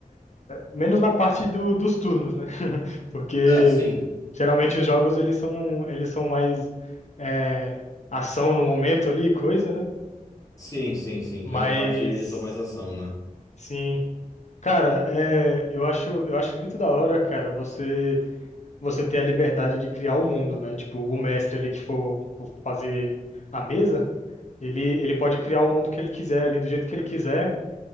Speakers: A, on the left; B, on the left.
A: menos na parte do- dos turnos, né? <laughs> Porque
B: Ah, sim.
A: geralmente os jogos eles são, eles são mais é, ação no momento ali, coisa, né?
B: Sim, sim, sim.
A: Mas,
B: Grande parte eles são mais ação, né?
A: sim. Cara, é, eu acho, eu acho muito da hora, cara, você você ter a liberdade de criar o mundo, né? Tipo, o mestre ali que for, for fazer a mesa, ele, ele pode criar o mundo que ele quiser ali, do jeito que ele quiser,